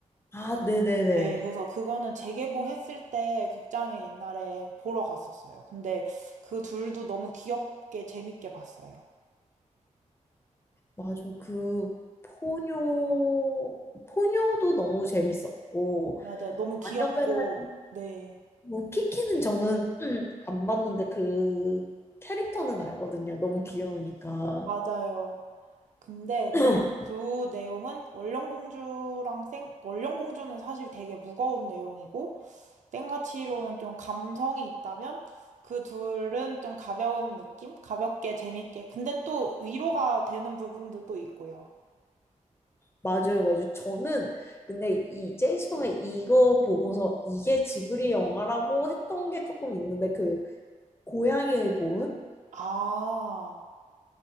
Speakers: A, on the left (about 20°); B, on the right (about 70°).
A: 아, 네네네.
B: 네, 그래서 그거는 재개봉했을 때 극장에 옛날에 보러 갔었어요. 근데 그 둘도 너무 귀엽게 재밌게 봤어요.
A: 맞아. 그 포뇨 포뇨도 너무 재밌었고
B: 맞아요. 너무
A: 마녀
B: 귀엽고,
A: 배달
B: 네,
A: 뭐 키키는 저는 <clears throat> 안 봤는데 그 캐릭터는 알거든요. 너무 귀여우니까.
B: 맞아요. 근데
A: <clears throat>
B: 좀 주 내용은 원령공주랑 생, 원령공주는 사실 되게 무거운 내용이고, 생가치로는 좀 감성이 있다면, 그 둘은 좀 가벼운 느낌? 가볍게, 재밌게. 근데 또 위로가 되는 부분도 또 있고요.
A: 맞아요, 맞아요. 저는 근데 이 제이슨의 이거 보고서 이게 지브리 영화라고 했던 게 조금 있는데 그 고양이의 보은
B: 아,